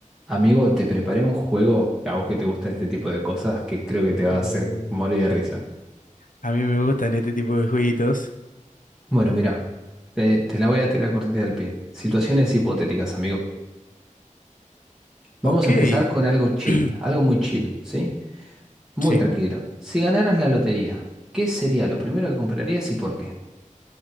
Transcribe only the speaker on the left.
Oh,
a mí me gustan este tipo de jueguitos.
Ok.
<clears throat>
Sí.